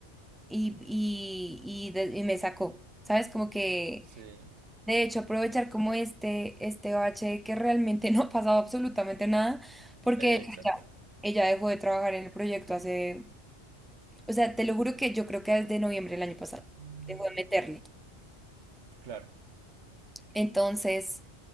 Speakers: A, in the centre; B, on the right.
A: y, y, y, de- y me sacó, ¿sabes? Como que...
B: Sí, eh,
A: De hecho, aprovechar como este, este bache de que realmente <laughs> no ha pasado absolutamente nada, porque
B: exacto.
A: ella, ella dejó de trabajar en el proyecto hace, o sea, te lo juro que yo creo que desde noviembre del año pasado,
B: Mm.
A: dejó de meterle.
B: Claro,
A: Entonces,